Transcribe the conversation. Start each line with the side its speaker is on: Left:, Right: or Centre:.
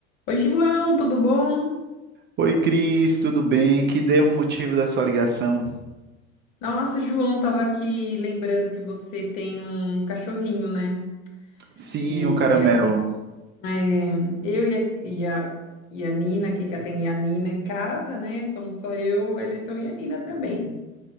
Left: Oi, João, tudo bom?
Right: Oi, Cris, tudo bem? Que devo o motivo da sua ligação?
Left: Nossa, João, tava aqui lembrando que você tem um cachorrinho, né?
Right: Sim,
Left: E
Right: o caramelo.
Left: a- é, eu e a, e a, e a Nina, quem que tem a Nina em casa, né? Somos só eu, o Eliton e a Nina também.